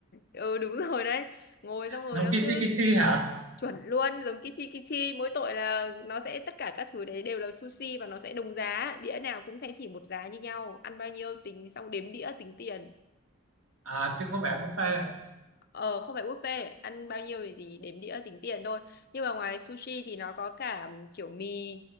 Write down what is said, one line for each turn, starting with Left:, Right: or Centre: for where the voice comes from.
Left: ừ đúng <laughs> rồi đấy ngồi xong rồi
Right: giống
Left: nó
Right: Kichi
Left: cứ
Right: Kichi hả
Left: chuẩn luôn giống Kichi Kichi mỗi tội là nó sẽ tất cả các thứ đấy đều là sushi và nó sẽ đồng giá đĩa nào cũng sẽ chỉ một giá như nhau ăn bao nhiêu tính xong đếm đĩa tính tiền
Right: à chứ không phải buffet
Left: ờ không phải buffet ăn bao nhiêu thì thì đếm đĩa tính tiền thôi nhưng mà ngoài sushi thì nó có cả kiểu mì